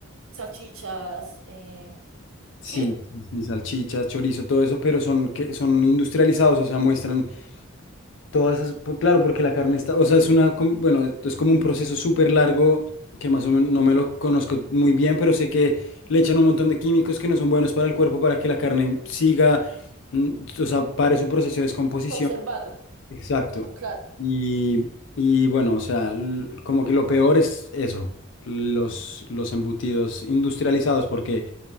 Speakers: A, on the right; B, on the left.
A: salchichas, eh,
B: Sí,
A: ¿sí?
B: sí, sí, salchichas, chorizo, todo eso, pero son, que, son industrializados, o sea, muestran todas esas... po- Claro, porque la carne está, o sea, es una, com- bueno, es como un proceso súper largo que más o menos no me lo conozco muy bien, pero sé que le echan un montón de químicos que no son buenos para el cuerpo para que la carne siga, mm, o sea, pare su proceso de descomposición
A: Conservarla,
B: Exacto.
A: ah, claro.
B: Y, y bueno, o sea, l- como que lo peor es eso, los, los embutidos industrializados, porque,